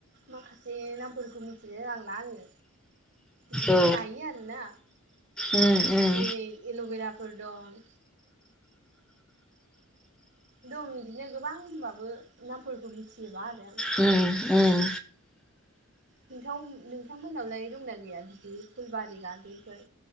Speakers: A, on the right (about 55°); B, in the centre.
A: माखासे नामफोरखौ मिथिलाय लांला आङो बिदिनो
B: औ
A: गायो आरो ना
B: उम उम
A: जेरै एल'बेराफोर दं। दं इदिनो गोबां होनबाबो नामफोरखौ मिथिजोबा आरो आं
B: उम-उम
A: नोंथां नोंथांमोननावलाय दंना गैया बिदि फुलबारि गार्देनफोर